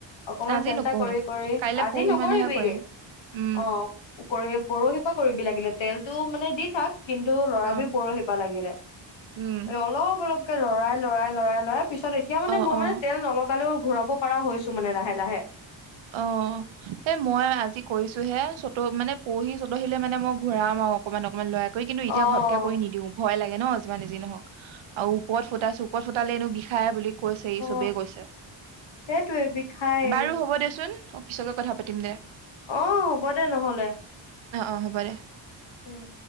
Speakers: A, on the left; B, on the right.
A: অকমান
B: আজি
A: চেষ্টা
B: নকৰো
A: কৰি কৰি
B: কাইলে
A: আজি
B: পৰহি
A: নকৰিবি,
B: মানেহে কৰিম উম
A: অ। পৰহি পৰা কৰিবি লাগিলে তেলতটো মানে দি থাক কিন্তু লৰাবি
B: অ
A: পৰহি লাগিলে
B: উম।
A: অলপ অলপকে লৰাই লৰাই লৰাই লৰাই পিছত এতিয়া মানে
B: অ
A: মই
B: অ
A: মানে তেল নলগালেও ঘূৰাব পৰা হৈছো মানে লাহে লাহে।
B: অ সেই মই আজি কৰিছো হে চত মানে পৰহি চতহিলে মানে মই ঘূৰাম আৰু অকনমান অকনমান লৰাই কৰি কিন্তু এতিয়া
A: অ অ
B: ঘপকে কৰি নিদিওঁ ভয় লাগে ন। যিমানে যি নহওক আৰু ওপৰত ফুতাইছো ওপৰত ফুটালে এনো বিষাই বুলি কৈছে ই
A: অ
B: চবেই কৈছে,
A: সেইটোৱে বিষায়ে
B: বাৰু হ'ব দে। চোন অফিচত গৈ কথা পাতিম দে।
A: অহ হ'ব দে নহলে
B: অ অ হ'ব দে
A: উম।